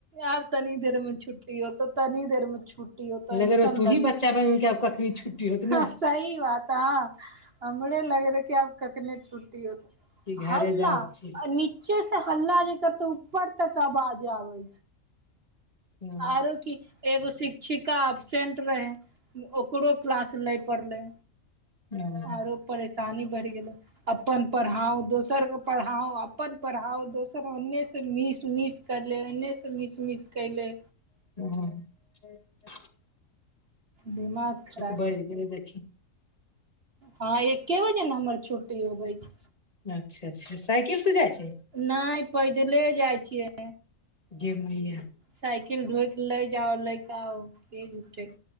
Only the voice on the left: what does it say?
लगेर
तूही
बच्चा बनि कऽ आब कखनी छुट्टी होत ने
कि घरे
जाउ चलि
हँ
<inaudible>
ह <inaudible>
बाजि गेलै देखी
अच्छा अच्छा साइकिलसँ जाइ छही
गमइए